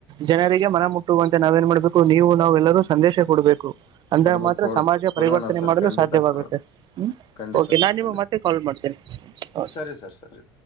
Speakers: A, on the right; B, on the left.
A: ಜನರಿಗೆ ಮನ ಮುಟ್ಟುವಂತೆ ನಾವೇಏನ್ ಮಾಡ್ಬೇಕು ನೀವು ನಾವೆಲ್ಲರೂ ಸಂದೇಶ ಕೊಡ್ಬೇಕು ಅಂದ್ರಾಗ
B: ಕೊಡ್ಬೇಕು
A: ಮಾತ್ರ
B: ಕೊಡು
A: ಸಮಾಜ
B: ಕೊಡೋಣ
A: ಪರಿವರ್ತನೆ
B: ಸರ್
A: ಮಾಡಲು
B: ಖಂಡಿತ
A: ಸಾಧ್ಯವಾಗುತ್ತೆ
B: ಕೊಡೋಣ
A: ಹ್ಮ
B: ಖಂಡಿತ
A: ಕೆ
B: ಸರ್
A: ನಾ ನಿ
B: ಖಂಡಿತ
A: ಮತ್ತೆ ಾಲ್ ಮಾಡ್ತೇನೆ ಹೌ
B: ಸರಿ ಸರ್ ಸರಿ